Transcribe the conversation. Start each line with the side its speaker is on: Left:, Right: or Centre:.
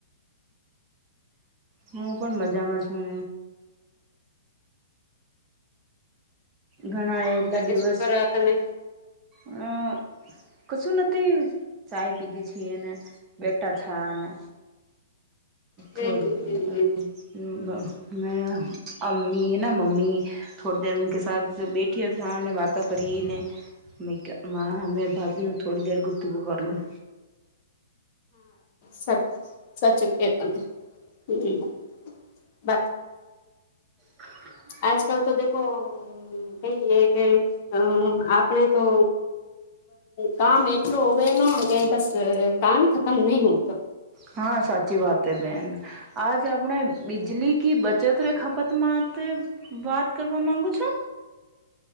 Right: હું પણ મજામાં છું. ઘણા એટલા
Left: બાકી
Right: દિવસ
Left: શું કરો તમે
Right: અં કશું નથી ચાય પીતી છી ને બેટાથાને
Left: હમ
Right: થોડીમેઅમીહેનામમ્મી
Left: હમ હમ હમ
Right: થોડી ઉનકેસાથ બેઠીને વાતો કરી ને. મા હમે ભાભી થોડી દેર ગુપતગુ પકર લું
Left: સ સાચુ કે ત હમ બ
Right: હ <unintelligible>
Left: આજ કલ તો દેખો ભાઈ એ કે. હમ આપડે તો કામ એટલુહુયેન ન બસ કામહી કમ નહી હુ તો.
Right: હા સાચી વાત હે બેન આજ આપણે બિજલી કિ બચત ર ખપત માતે. વાત કરવા માગુ છો.